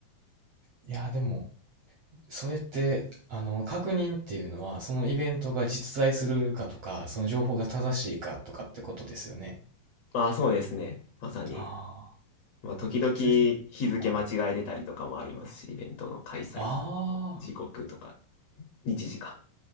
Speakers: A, on the right (about 75°); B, on the left (about 75°).
A: いや、でも、それって、あの、確認っていうのは、そのイベントが実在するかとか、その情報が正しいかとかってことですよね。
B: まあそうですね。まさに。
A: ああ、
B: まあ時々
A: それ、
B: 日付間違えてたりとかもありますし、
A: はい。
B: イベントの開催
A: ああ、
B: 時刻とか、日時か